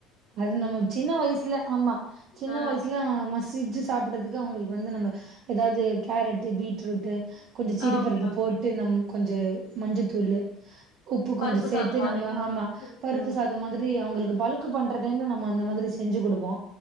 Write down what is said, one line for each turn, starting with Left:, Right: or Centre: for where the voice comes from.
Right: அது நம்ம சின்ன வயசுல ஆமா சின்ன
Left: ஆ
Right: வயசுல மசிச்சு சாப் புடுறதுக்கு அவுங்களுக்கு வந்து நம்ம எதாவது கேரட்டு பீட்ரூட்டு் கொஞ்ச சிறுபருப்பு
Left: ஆ ஓகே ஓகே
Right: போட்டு நம் கொஞ்ச மஞ்சத்தூளு உப்பு கொஞ்ச
Left: பருப்பு
Right: சேத்து
Left: சாதோ மாதிரி
Right: நம்ம ஆமா பருப்பு
Left: ம்
Right: சாதம் மாதிரி அவுங்களுக்கு பழக்கு பண்ற ந்த டைம்ல நம்ம அந்த மாதிரி செஞ்சு குடுப்போ